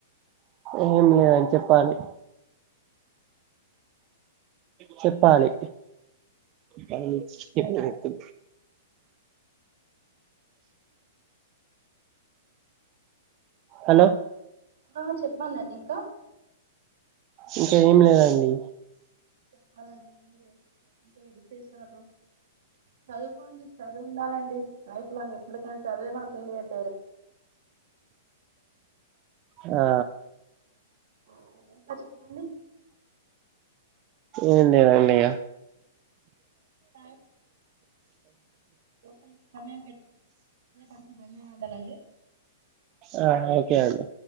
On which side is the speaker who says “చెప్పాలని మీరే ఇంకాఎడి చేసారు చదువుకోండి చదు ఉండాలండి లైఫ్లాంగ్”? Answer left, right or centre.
Right